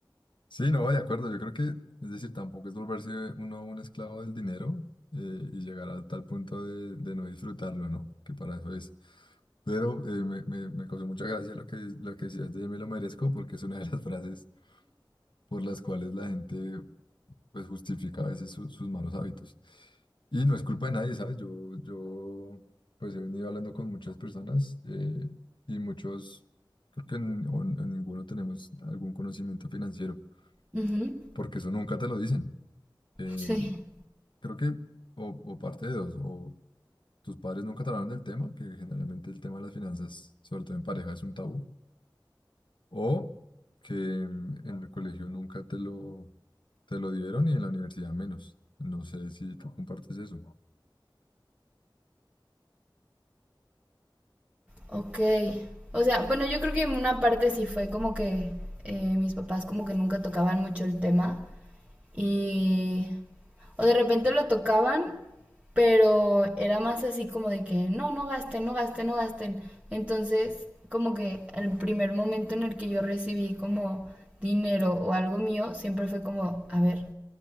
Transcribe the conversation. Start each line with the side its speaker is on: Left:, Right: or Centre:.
Left: Sí, no, de acuerdo. Yo creo que, es decir, tampoco es volverse uno un esclavo del dinero eh, y llegar a tal punto de, de no disfrutarlo, ¿no? Que para eso es. Pero eh, me, me, me causó mucha gracia lo que, lo que decías de me lo merezco, porque es una de las <laughs> frases por las cuales la gente pues justifica a veces su- sus malos hábitos. Y no es culpa de nadie, ¿sabes? Yo, yo pues he venido hablando con muchas personas eh, y muchos, creo que en- o en- en ninguno tenemos algún conocimiento financiero
Right: Ujú,
Left: porque eso nunca te lo dicen. Eh,
Right: Sí.
Left: creo que, o, o parte de dos, o tus padres nunca te hablaron del tema, que generalmente el tema de las finanzas, sobre todo en pareja, es un tabú, o que mm, en el colegio nunca te lo, te lo dieron y en la universidad menos. No sé si tú compartes eso.
Right: Ok. O sea, bueno, yo creo que en una parte sí fue como que eh, mis papás como que nunca tocaban mucho el tema y... O de repente lo tocaban, pero era más así como de que no, no gasten, no gasten, no gasten. Entonces, como que el primer momento en el que yo recibí como dinero o algo mío, siempre fue como, a ver,